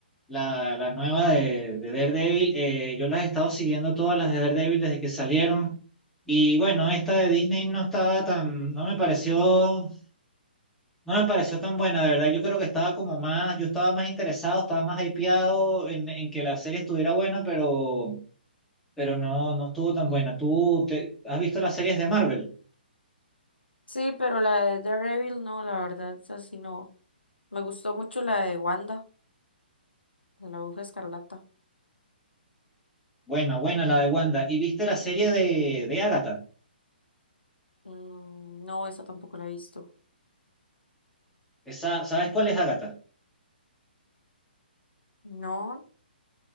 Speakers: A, in the centre; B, on the left.
A: La, la nueva de, de Daredevil, eh, yo las he estado siguiendo todas las de Daredevil desde que salieron. Y bueno, esta de Disney no estaba tan, no me pareció, no me pareció tan buena, de verdad. Yo creo que estaba como más, yo estaba más interesado, estaba más hypeado en, en que la serie estuviera buena, pero, pero no, no estuvo tan buena. ¿Tú te- has visto las series de Marvel?
B: Sí, pero la de Daredevil no, la verdad, es así no. Me gustó mucho la de Wanda, de la Bruja Escarlata.
A: Buena, buena la de Wanda. ¿Y viste la serie de, de Agatha?
B: Mm, no, esa tampoco la he visto.
A: Esa, ¿sabes cuál es Agatha?
B: No.